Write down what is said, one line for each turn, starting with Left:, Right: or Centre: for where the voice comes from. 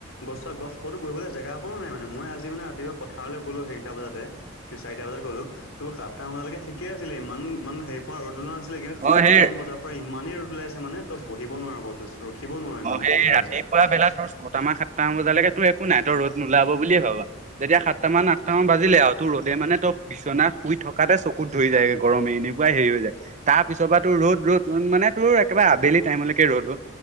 Left: গছৰ গছ ক'তো বহিবলৈ জেগা অকনো নাই। মানে মই আজি মই ৰাতিপুৱা পথাৰলৈ গলো সেইটা বজাতে কি চাৰিটা বজাত গ'লো, তো সাতটা বজালৈকে ঠিকে আছিলে। ই মানে হেৰি পোৱা ৰ'দ ওলোৱা- কিন্তু সাতটামান
Right: অ সেই
Left: বজাৰ পৰা ইমানেই ৰ'দ ওলাইছে মানে তই বহিব নোৱাৰো ক'তো। ৰখিব নোৱাৰ ইমান
Right: অ সেই
Left: ৰ'দ ওলাইছে
Right: ৰাতিপুৱা বেলা তো ছটা মান সাতটামান বজালৈকে তো একো নাই, তই ৰ'দ নোলাব বুলিয়ে ভাবা। যেতিয়া সাতটা মান আঠটা মান বাজিলে আৰু তোৰ ৰ'দে মানে তোক বিচনা শুই থকাতে চকুত ধৰি যায়গে গৰমে। এনেকুৱাই হেৰি হৈ যায় তাৰ পিছৰ পৰা তোৰ ৰ'দ ৰ'দ মানে তোৰ আবেলি টাইমলৈকে ৰ'দো